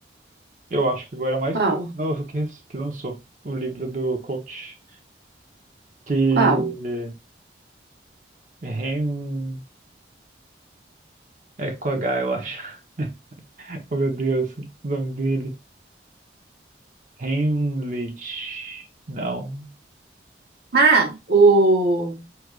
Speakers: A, on the right (about 45°); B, on the right (about 60°).
A: Eu acho que agora é mais
B: qual?
A: que novo que, que lançou o livro do coach. Que
B: Qual?
A: Ren. É com H, eu acho. <laughs> Oh meu Deus, o nome dele. Heimlich. Não.
B: Ah, o